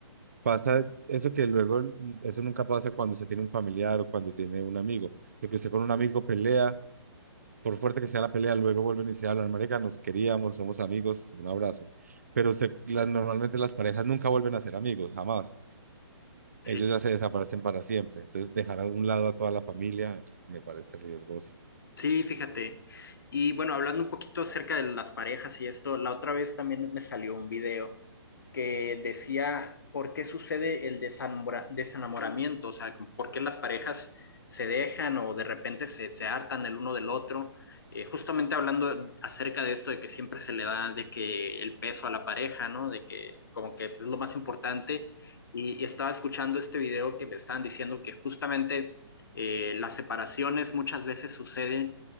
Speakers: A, on the right; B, on the left.
A: Pasa eso que luego, l- eso nunca pasa cuando se tiene un familiar o cuando tiene un amigo, porque usted con un amigo pelea, por fuerte que sea la pelea, luego vuelven y se hablan, marica, nos queríamos, somos amigos, un abrazo. Pero usted, la- normalmente las parejas nunca vuelven a ser amigos, jamás.
B: Sí,
A: Ellos ya se desaparecen para siempre. Entonces, dejar a un lado a toda la familia me parece riesgoso.
B: sí, fíjate. Y bueno, hablando un poquito acerca de las parejas y esto, la otra vez también me salió un video que decía por qué sucede el desamora- desenamoramiento, o sea, por qué las parejas se dejan o de repente se, se hartan el uno del otro, Eh, justamente hablando acerca de esto de que siempre se le da de que el peso a la pareja, ¿no? De que como que es lo más importante. Y, y estaba escuchando este video que me estaban diciendo que justamente eh, las separaciones muchas veces suceden